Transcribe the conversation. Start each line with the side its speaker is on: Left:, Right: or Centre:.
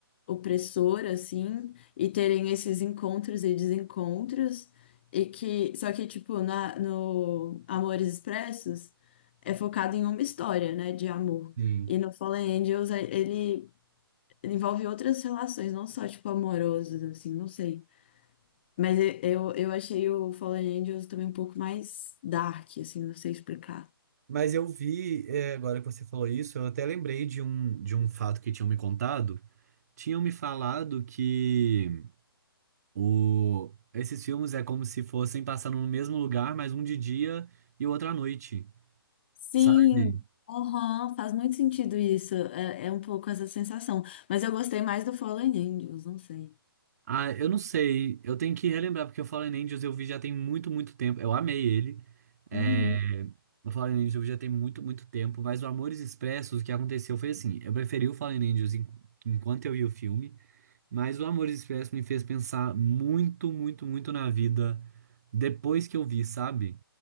Left: opressora, assim, e terem esses encontros e desencontros. E que, só que, tipo, na, no Amores Expressos é focado em uma história, né, de amor.
Right: Sim.
Left: E no Fallen Angels, é- ele envolve outras relações, não só, tipo, amorosas, assim, não sei. Mas e- eu, eu achei o Fallen Angels também um pouco mais dark, assim, não sei explicar.
Right: Mas eu vi, é, agora que você falou isso, eu até lembrei de um, de um fato que tinham me contado. Tinham me falado que o, esses filmes é como se fossem passando no mesmo lugar, mas um de dia e o outro à noite,
Left: Sim,
Right: sabe?
Left: aham, faz muito sentido isso. É, é um pouco essa sensação. Mas eu gostei mais do Fallen Angels, não sei.
Right: Ah, eu não sei, eu tenho que relembrar, porque o Fallen Angels eu vi já tem muito, muito tempo. Eu amei ele. É,
Left: Uhum,
Right: o Fallen Angels eu vi já tem muito, muito tempo, mas o Amores Expressos, o que aconteceu foi assim: eu preferi o Fallen Angels en- enquanto eu vi o filme. Mas o Amores Expressos me fez pensar muito, muito, muito na vida depois que eu vi, sabe?